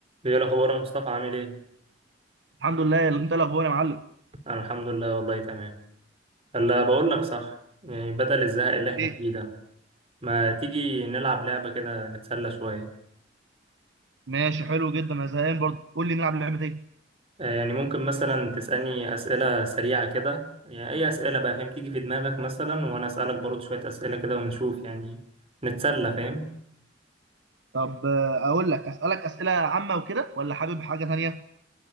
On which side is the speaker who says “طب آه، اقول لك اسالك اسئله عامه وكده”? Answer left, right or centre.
Right